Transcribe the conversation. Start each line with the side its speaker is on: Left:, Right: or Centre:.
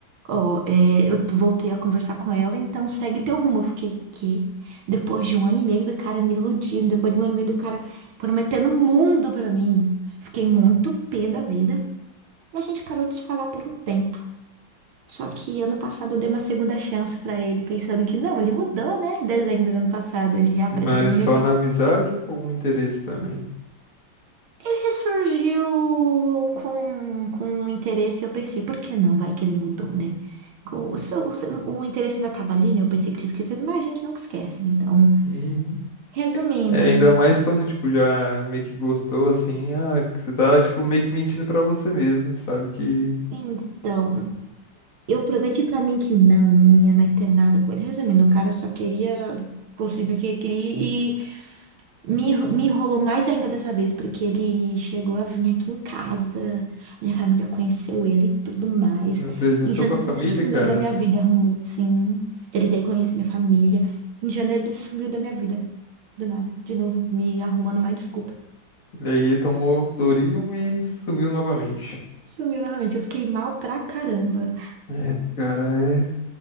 Right: ó, é, eu voltei a conversar com ela, então segue teu rumo. Eu fiquei, quê? Depois de um ano e meio do cara me iludindo, depois de um ano e meio do cara prometendo o mundo pra mim. Fiquei muito pé da vida. E a gente parou de se falar por um tempo. Só que ano passado eu dei uma segunda chance pra ele, pensando que não, ele mudou, né? Em dezembro do ano passado ele reapareceu
Left: Mas
Right: na
Left: só
Right: minha vida.
Left: na amizade ou com algum interesse também?
Right: Ele ressurgiu com, com um interesse, eu pensei, por que não? Vai que ele mudou, né? Com- O, seu, o, seu- o interesse ainda tava ali, né? Eu pensei que tinha esquecido, mas a gente nunca esquece, né? Então,
Left: Uhum.
Right: resumindo,
Left: É, ainda mais quando, tipo, já meio que gostou, assim, ah, que você tá, tipo, meio que mentindo pra você mesmo, sabe? Que
Right: então, eu prometi pra mim que não, não ia mais ter nada com ele. Resumindo, o cara só queria conseguir o que queria Me, enro- me enrolou mais ainda dessa vez, porque ele chegou a vir aqui em casa, minha família conheceu ele e tudo mais.
Left: apresentou
Right: Em janeiro
Left: pra família,
Right: ele sumiu
Left: cara.
Right: da minha vida, arrumou, sim. Ele veio conhecer minha família. Em janeiro ele sumiu da minha vida, do nada, de novo, me arrumando mais desculpa.
Left: E aí ele tomou Doril e sumiu novamente.
Right: Sumiu novamente, eu fiquei mal pra caramba.
Left: É, cara, é,